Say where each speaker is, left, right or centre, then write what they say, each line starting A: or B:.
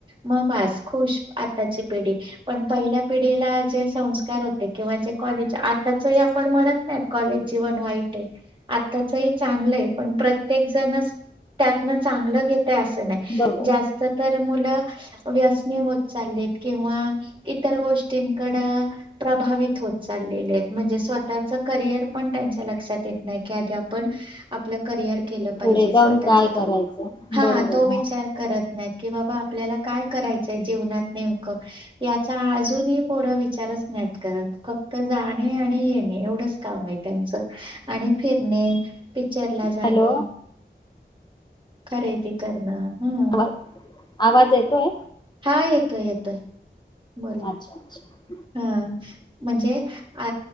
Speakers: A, on the right; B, on the left.
A: मग बास, खुश आताची पिढी पण पहिल्या पिढीला ज संस्कार होते, किंवा जे कॉलेज आताच आपण म्हणत नाही कॉलेज जीवन वाईट आहे. आताचही चांगलंय पण प्रत्येक जण त्यातन चांगलं घेत. ते असं नाय
B: बरोबर
A: जास्त तर मुलं व्यसनी होत. चाललेत किंवा इतर गोष्टींकड प्रभावित होत चाल, चाललेल्यात म्हणजे स्वतः चे करिअर पण त्यांच्या लक्षात येत नाही की आधी आपल करियर, केल पाहिजे
B: पुढे जाऊन
A: स्वतः
B: काय
A: चे
B: करायचं
A: हा
B: बरोबर
A: तो विचार करत कीनाहीत बाबा आपल्याला, काय करायच, जीवनात नेमकं याचा अजूनही पोरं विचारत नाहीत कारण फक्त, जाणे आणि येणे एवढंच काम आहे. त्यांचं आणि फिरणे, पिक्चर ला जाणे.
B: हॅलो
A: खरेदी करणं, हम्म
B: आवाज आवाज येतोय?
A: हा येतोय येतोय, बोला
B: अच्छा अच्छा,
A: हा म्हणजे अ